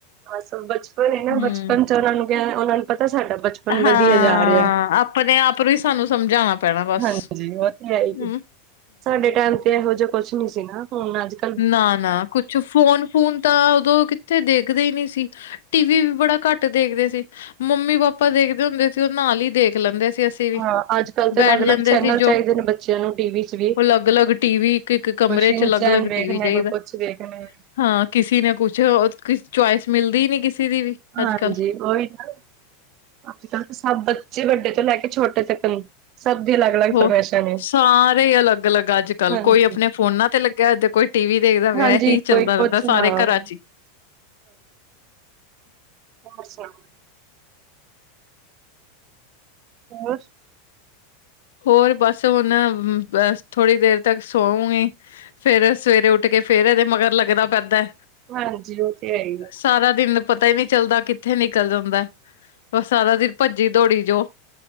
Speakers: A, on the right; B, on the left.
A: ਬਸ ਬਚਪਨ ਏ ਨਾ
B: ਹੂੰ।
A: ਬਚਪਨ ਚ ਉਹਨਾਂ ਨੂੰ ਕਿਹਾ ਉਹਨਾਂ ਨੂੰ ਪਤਾ ਸਾਡਾ ਬਚਪਨ। ਵਧੀਆ
B: ਹਾਂ
A: ਜਾ ਰਿਹਾ।
B: ਆਪਣੇ ਆਪ ਨੂੰ ਸਾਨੂੰ ਸਮਝਾਉਣਾ ਪੈਣਾ ਬਸ
A: ਹਾਂਜੀ ਉਹ ਤੇ ਹੈ ਹੀ
B: ਹਮ।
A: ਸਾਡੇ ਟਾਈਮ ਤੇ ਇਹੋ ਜਿਹਾ ਕੁਛ ਨੀ ਸੀ ਨਾ ਹੁਣ ਅੱਜ ਕੱਲ।
B: ਨਾ ਨਾ ਕੁਛ ਫੋਨ ਫੂਨ। ਤਾਂ ਉਦੋਂ ਕਿੱਥੇ ਦੇਖਦੇ ਹੀ ਨਹੀਂ ਸੀ। ਟੀ ਵੀ ਵੀ ਬੜਾ ਘੱਟ ਦੇਖਦੇ ਸੀ ਮੰਮੀ ਪਾਪਾ। ਪਾਪਾ ਦੇਖਦੇ ਹੁੰਦੇ ਸੀ ਉਹ ਨਾਲ ਹੀ ਦੇਖ ਲੈਂਦੇ ਸੀ। ਅਸੀਂ ਵੀ।
A: ਹਾਂ ਅੱਜ ਕੱਲ੍ਹ ਤੇ
B: ਬੈਠ
A: ਅਲੱਗ ਅਲੱਗ
B: ਜਾਂਦੇ
A: ਚੈਨਲ
B: ਸੀ ਜੋ
A: ਚਾਹੀਦੇ ਨੇ। ਬੱਚਿਆਂ ਨੂੰ ਟੀਵੀ ਚ ਵੀ। ਕੋਈ
B: ਅਲੱਗ-ਅਲੱਗ ਟੀਵੀ ਇੱਕ-ਇੱਕ ਕਮਰੇ
A: ਸਿੰਚ
B: 'ਚ ਅਲੱਗ-ਅਲੱਗ
A: ਚੈਨ ਦੇਖਣਾ
B: ਟੀਵੀ ਚਾਹੀਦਾ।
A: ਕੋਈ ਕੁਛ ਵੇਖਣਾ।
B: ਹਾਂ ਕਿਸੇ ਨੇ ਕੁਛ ਚੁਆਇਸ ਮਿਲਦੀ ਨੀ ਕਿਸੇ ਦੀ ਵੀ। ਅੱਜ-ਕੱਲ।
A: ਹਾਂਜੀ, ਉਹੀ ਨਾ ਅੱਜ ਕੱਲ ਤਾਂ ਸਭ ਬੱਚੇ ਵੱਡੇ ਤੋਂ ਲੈ ਕੇ ਛੋਟੇ। ਤੱਕ ਸਭ ਦੀ ਅਲੱਗ ਅਲੱਗ
B: ਹੋਰ
A: ਫਰਮਾਇਸ਼ਾਂ ਨੇ
B: ਸਾਰੇ ਅਲੱਗ ਅਲੱਗ ਅੱਜ ਕੱਲ
A: ਹਾਂਜੀ
B: ਕੋਈ ਆਪਣੇ ਫੋਨਾਂ ਤੇ ਲੱਗੇ। ਅੱਜ ਕੋਈ ਟੀ ਵੀ ਦੇਖਦਾ ਹੋਇਆ
A: ਹਾਂਜੀ
B: ਇਹੀ
A: ਕੋਈ
B: ਚੱਲਦਾ
A: ਕੁਛ
B: ਰਹਿੰਦਾ ਸਾਰੇ
A: ਹਾਂ। ਉਹ
B: ਘਰਾਂ ਚ ਹੀ
A: ਹੋਰ ਸੁਣਾਉ? ਹੋਰ।
B: ਹੋਰ ਬਸ ਹੁਣ ਬਸ ਥੋੜ੍ਹੀ ਦੇਰ ਤੱਕ ਸੋਉਗੀ। ਫੇਰ ਸਵੇਰੇ ਉੱਠ ਕੇ ਫੇਰ ਐਦੇ ਮਗਰ ਲੱਗਣਾ ਪੈਂਦਾ।
A: ਹਾਂਜੀ, ਉਹ ਤੇ ਹੈ ਹੀ ਹੈ।
B: ਸਾਰਾ ਦਿਨ ਪਤਾ ਹੀ ਨਹੀਂ ਚੱਲਦਾ, ਕਿੱਥੇ ਨਿਕਲ ਜਾਂਦਾ ਉਹ ਸਾਰਾ ਦਿਨ ਭੱਜੀ ਦੌੜੀ ਜੋ